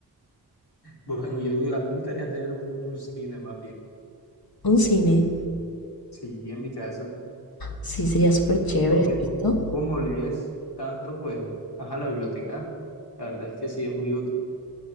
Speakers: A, on the left; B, on the left.
A: Bueno, yo a mí me gustaría tener un, un cine más bien,
B: Un cine.
A: sí, en mi casa.
B: Sí, sería súper chévere,
A: Aunque
B: ¿cierto?
A: tú como lees tanto, pues, ajá, la biblioteca, la verdad es que sí es muy útil.